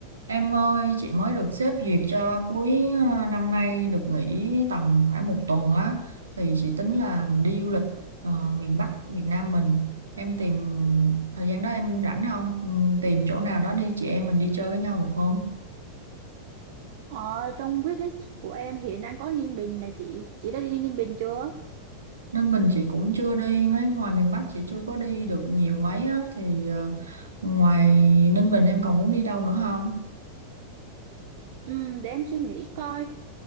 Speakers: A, on the right (about 70°); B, on the right (about 50°).
A: Em ơi, chị mới được sếp duyệt cho cuối ờ, năm nay được nghỉ tầm khoảng một tuần á, thì chị tính là đi du lịch ờ, miền Bắc Việt Nam mình. Em tìm thời gian đó em rảnh không? Ừ, Tìm chỗ nào đó đi chị em mình đi chơi với nhau một hôm.
B: Ờ, trong wishlist của em hiện đang có Ninh Bình nè chị. Chị đã đi Ninh Bình chưa?
A: Nên bình chị cũng chưa đi mấy ngoài miền Bắc chị chưa có đi được nhiều mấy á thì ờ, ngoài Ninh Bình em còn muốn đi đâu nữa không?
B: Ừ, để em suy nghĩ coi.